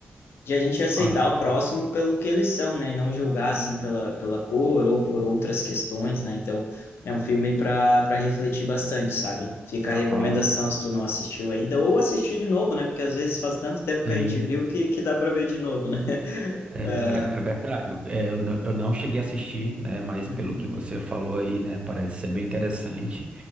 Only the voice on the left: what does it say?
de a gente aceitar
o próximo pelo que eles são, né? E não julgar, assim, pela, pela cor ou por outras questões, né? Então, é um filme para para refletir bastante, sabe? Fica
a recomendação se tu não assistiu ainda, ou assistir de novo, né? Porque às vezes faz tanto tempo
que a gente viu que, que dá para ver de novo, né? <laughs>
Ah,
uhum,